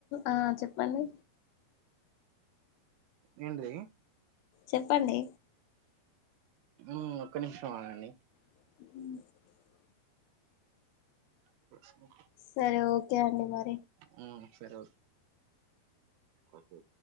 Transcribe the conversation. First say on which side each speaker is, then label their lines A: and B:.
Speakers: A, on the left; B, on the right.
A: ఆ చెప్పు <unintelligible>
B: ఏంటిది
A: చెప్పండి
B: ఉ ఒక్క నిమిషం ఆగండి
A: హ్
B: <inaudible>
A: సరే ఓకే అండి మరి
B: హ్ సరే ఓకే